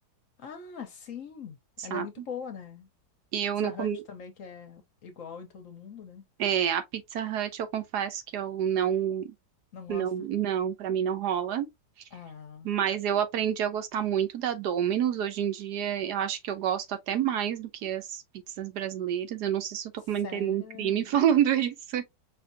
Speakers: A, on the left; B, on the right.
A: Ah, sim,
B: sabe?
A: ela é muito boa, né?
B: Eu
A: Pizza
B: não comi...
A: Hut também que é igual em todo mundo, né?
B: É, a Pizza Hut, eu confesso que eu não,
A: Não gosta?
B: não, não, pra mim não rola.
A: Ah,
B: Mas eu aprendi a gostar muito da Domino's. Hoje em dia, eu acho que eu gosto até mais do que as pizzas brasileiras. Eu não sei se eu tô
A: sério?
B: cometendo um crime <laughs> falando isso.